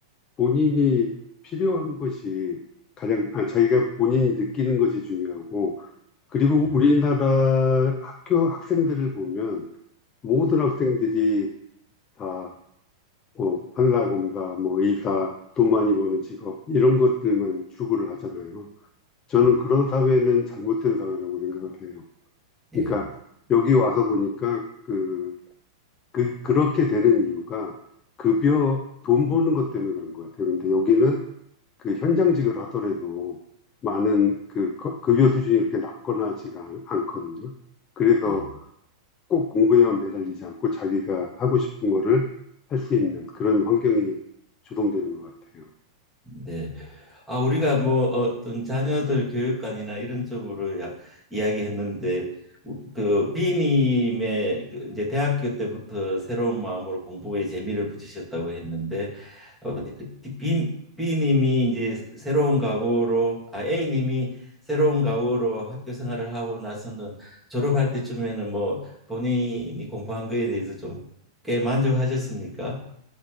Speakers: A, on the left; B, in the centre.
A: 본인이 필요한 것이 가장, 아, 자기가 본인이 느끼는 것이 중요하고 그리고
B: 네,
A: 우리나라 학교 학생들을 보면 모든 학생들이 다뭐 판사검사, 뭐 의사, 돈 많이 버는 직업 이런 것들만 추구를 하잖아요. 저는
B: 예,
A: 그런 사회는 잘못된 사회라고 생각을 해요. 그러니까
B: 예,
A: 여기 와서 보니까 그, 그 그렇게 되는 이유가 급여 돈 버는 것 때문에 그런 것 같아요. 근데 여기는 그 현장직을 하더라도 많은 그 급여 수준이 이렇게 낮거나 하지가 않- 않거든요. 그래서
B: 예.
A: 꼭 공부에만 매달리지 않고 자기가 하고 싶은 거를 할 수 있는 그런 환경이 조성되는 것 같아요.
B: 네. 아, 우리가 뭐 어떤 자녀들 교육관이나 이런 쪽으로 야, 이야기했는데 우- 그 B님의 그 이제 대학교 때부터 새로운 마음으로 공부에 재미를 붙이셨다고 했는데 어, B, B님이 이제 새로운 각오로 아 A님이 새로운 각오로 학교 생활을 하고 나서는 졸업할 때쯤에는 뭐 본인이 공부한 거에 대해서 좀 꽤 만족하셨습니까?